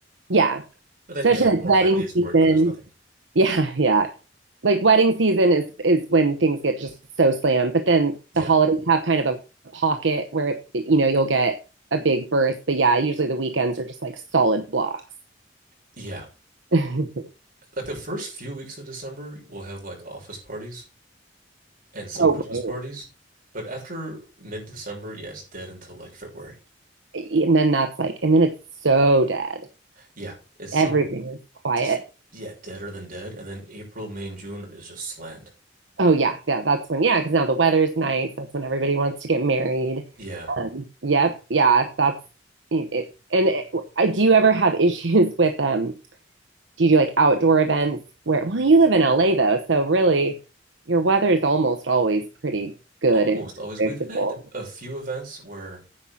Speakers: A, on the right; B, on the right.
A: Yeah.
B: But then
A: Especially
B: you have like four
A: like wedding
B: or five days
A: season.
B: where no, there's nothing.
A: Yeah, yeah. like wedding season is is when things get just so slammed. But then
B: Yeah.
A: the holidays have kind of a pocket where it, you know you'll get a big burst. But yeah, usually the weekends are just like solid blocks.
B: Yeah.
A: <laughs>
B: like the first few weeks of December, we'll have like office parties and some
A: Oh,
B: Christmas
A: right.
B: parties. But after mid-December, yeah, it's dead until like February.
A: And then that's like, and then it's so dead.
B: Yeah, it's so
A: Everything is quiet.
B: just yeah, deader than dead. And then April, May, and June is just slammed.
A: Oh yeah, yeah. That's when yeah, because now the weather's nice. That's when everybody wants to get married.
B: Yeah,
A: Um, yep, yeah. That's it. And it, I, do you ever have <laughs> issues with um Do you do like outdoor events where, well, you live in LA though, so really your weather is almost always pretty good
B: almost
A: and
B: always.
A: predictable.
B: We've had a few events where